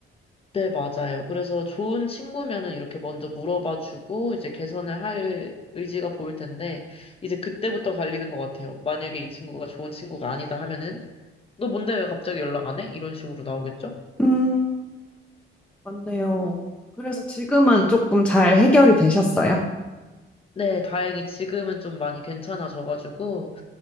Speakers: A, on the left; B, in the centre.
A: 네, 맞아요. 그래서 좋은 친구면은 이렇게 먼저 물어봐주고 이제 개선을 할 의지가 보일 텐데 이제 그때부터 갈리는 것 같아요. 만약에 이 친구가 좋은 친구가 아니다 하면은 너 뭔데 왜 갑자기 연락 안 해? 이런 식으로 나오겠죠?
B: 음. 맞네요. 그래서 지금은
A: 네.
B: 조금 잘 해결이 되셨어요?
A: 네, 다행히 지금은 좀 많이 괜찮아져가지고